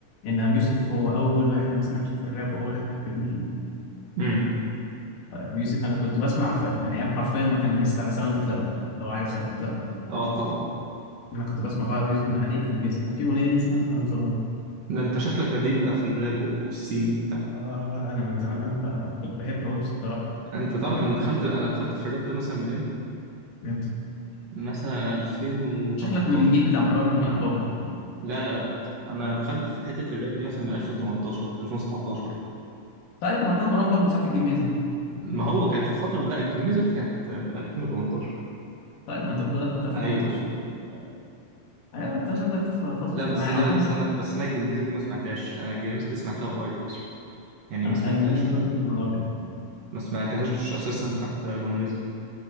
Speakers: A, on the left; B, on the right.
A: ان ابي يوسف هو اول واحد انا سمعته في الراب واول واحد حبيتني فيه
B: امم
A: ابي يوسف انا كنت بسمع ف- من ايام حرفيا ما كان لسه على ساوند كلاود لو عارف ساوند كلاود
B: اه طبعا
A: انا كنت بسمع بقى ابي يوسف من عليه كان بيس كان في اغنيه ليه اسمها خنزور
B: ده انت شكلك قديم بقى في الراب والسين وبتاع
A: آه لا لا انا من زمان قوي فكنت بحبه قوي بصراحه
B: انت تعرف
A: بحبه
B: انا دخلت انا دخلت في الراب ده مثلا من امتى
A: فهمت
B: مثلا 2018
A: شكلك من الجيل بتاع مروان بابلو
B: لا لا لا انا دخلت في حتة الراب دي مثلا من 2018 2017
A: طيب ما ده مروان بابلو ساعه الجميزه
B: ما هو كانت الفترة لا الجميزة دي كانت آه، 2018
A: طيب ما انت بتقول انا دخلت 2018
B: ايوه ايوه أيوة.
A: أيوة، انت شكلك في فترة
B: لا بس
A: ايه يا
B: انا
A: عم
B: بس انا بس انا الجميزة دي ما سمعتهاش انا الجميزة دي سمعتها قريب اصلا يعني
A: انا
B: ما سمعتهاش
A: الجميز ده كنت من الأول.
B: ما سمعتهاش اساسا حتى لما نزل